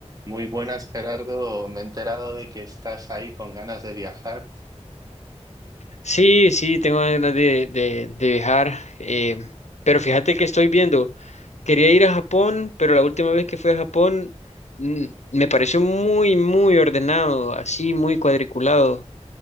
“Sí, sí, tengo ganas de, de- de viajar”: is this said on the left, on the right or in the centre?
Left